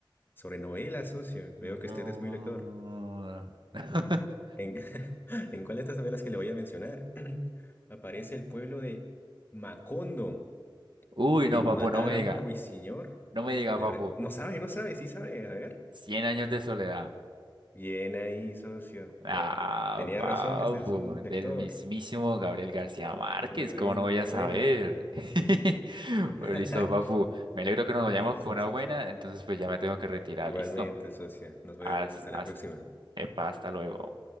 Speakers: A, on the left; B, on the right.
A: sobre novelas, socio. Veo
B: No.
A: que usted es muy lector.
B: <laughs>
A: ¿En, <laughs> en cuál de estas novelas que le voy a mencionar <clears throat> aparece el pueblo de Macondo?
B: Uy,
A: En
B: no, papu,
A: matar
B: no me
A: a
B: diga.
A: un ruiseñor.
B: No me diga,
A: El
B: papu.
A: re- No sabe, no sabe, sí sabe. A ver.
B: cien años de soledad.
A: Bien ahí, socio.
B: Ah,
A: Eh, tenía
B: papu,
A: razón que usted es un lector.
B: del mismísimo Gabriel García Márquez,
A: Muy bueno,
B: ¿cómo no voy
A: muy
B: a saber?
A: bueno.
B: <laughs> Bueno,
A: <laughs>
B: listo, papu. Me alegro que nos vayamos
A: Listo,
B: con una
A: socio.
B: buena, entonces pues ya me tengo que retirar,
A: Igualmente,
B: listo.
A: socio. Nos vemos.
B: Haz,
A: Hasta
B: haz,
A: la próxima.
B: epa, hasta luego.